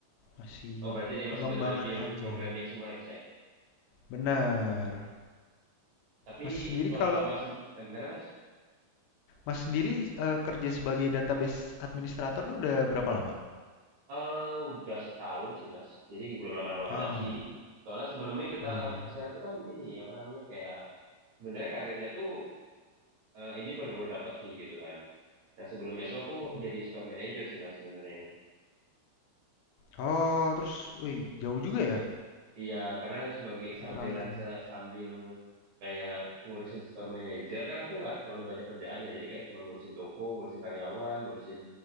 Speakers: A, on the left; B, on the right.
A: Masih
B: Oh berarti dia masih
A: pengembangannya
B: benar-benar pure
A: aja.
B: programming semua ya mas ya.
A: Benar.
B: Tapi
A: Mas sendiri
B: kalau
A: kalau
B: mas eh, gimana mas?
A: Mas sendiri eh, kerja sebagai database administrator lu udah berapa lama?
B: Eh udah setahun sih mas. Jadi belum lama-lama
A: Ah,
B: banget sih. Soalnya sebelumnya kita
A: iya
B: eh,
A: iya.
B: saya tuh kan ini apa namanya kayak sebenarnya karirnya tuh eh, ini baru-baru dapet sih gitu kan. Nah sebelumnya itu aku
A: Hmm.
B: jadi store manager sih mas sebenarnya.
A: Oh, terus, wih, jauh juga ya
B: Iya karena sebagai sambilan
A: beralihannya.
B: se- sambil kayak ngurusin store manager kan aku nggak terlalu banyak kerjaan ya. Jadi kayak cuma ngurusin toko, ngurusin karyawan, ngurusin